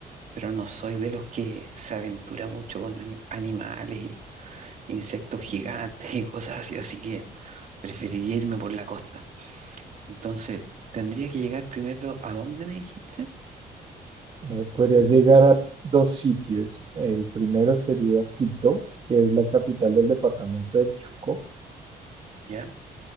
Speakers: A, on the right; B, on the right.
A: pero no soy de los que se aventura mucho con ani- animales y insectos gigantes y cosas así, así que preferiría irme por la costa. Entonces, tendría que llegar primero a dónde me dijiste.
B: Eh, podrías llegar a dos sitios. El primero sería Quibdó, que es la capital del departamento del Chocó,
A: Ya,